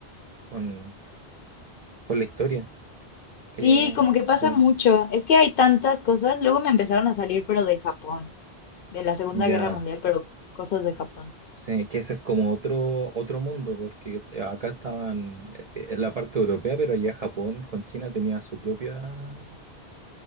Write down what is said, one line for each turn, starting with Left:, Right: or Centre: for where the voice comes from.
Right: con, con la historia
Left: Sí,
Right: que
Left: como que pasa
Right: que tiene.
Left: mucho. Es que hay tantas cosas, luego me empezaron a salir pero de Japón, de la Segunda
Right: Ya.
Left: Guerra Mundial, pero cosas de Japón.
Right: Sí, que ese es como otro, otro mundo, porque eh, acá estaban eh, eh, en la parte europea, pero allá Japón con China tenía su propia,